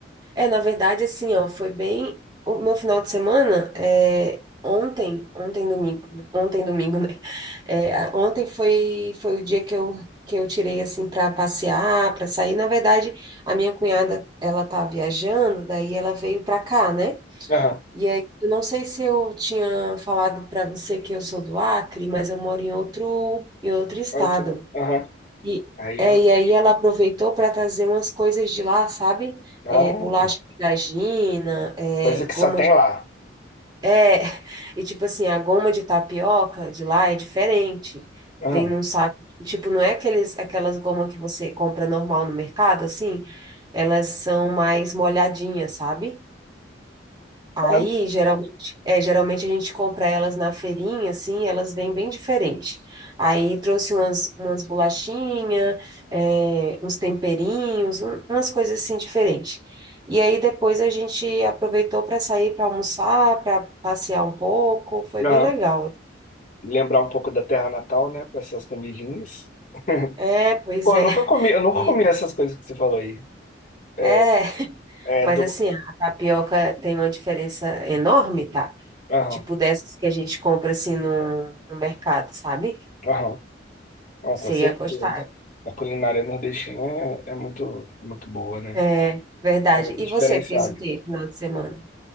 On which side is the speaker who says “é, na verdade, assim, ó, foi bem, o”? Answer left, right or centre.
Right